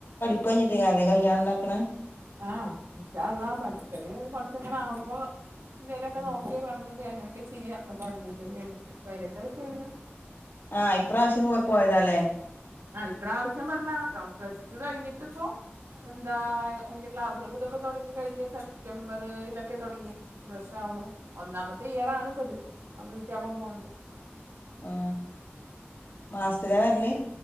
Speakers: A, on the left; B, on the right.
A: മ്പെയിഞ്ഞിട്ടെയ്ക്കാരെലേ കല്യാണണ്ടാക്ക്ണെ?
B: ആഹ ഇൻശാഅല്ലാഹ് പഠിക്കല് കൊറച്ചൊക്കണാവുമ്പോ എന്തേലൊക്കെ
A: ഉം
B: നോക്കി പർ മ്മൾ അങ്ങെനൊക്കെ ചെയ്യ ഇപ്പൊ തൊടങ്ങിട്ടല്ലേ ഒള്ളൂ പൈനെട്ട് വയസു കഴിഞ്ഞു.
A: ആഹ് ഇപ്രാവശ്യംവും പോയതല്ലേ?
B: ആഹാ ഇപ്രാവിശ്യം പറഞ്ഞാ പ്ലസ്ടു കഴിഞ്ഞിട്ട്പ്പോ എന്താ അയിന്റെ ക്ലാസ്സേളും ഇതൊക്കെ തൊടങ്ങി കഴിഞ്ഞ സെപ്റ്റംബറ്ലൊക്കെ തൊടങ്ങി ഒരുവർഷം ആവുണു ഒന്നാമത്തെ ഇയർ ആണ്പ്പത് കംപ്ലീറ്റ് ആവാപോണത്.
A: ആ മാസ്ത്തിലാ വെർല്ല്?